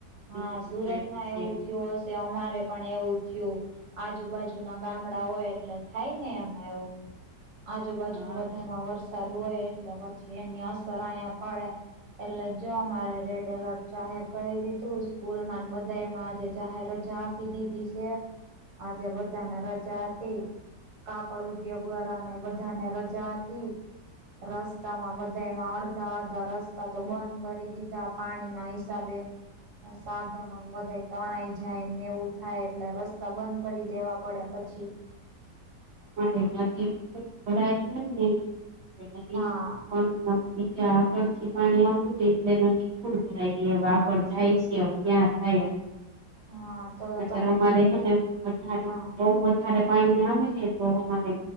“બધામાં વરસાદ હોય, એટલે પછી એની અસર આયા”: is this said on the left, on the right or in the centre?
Right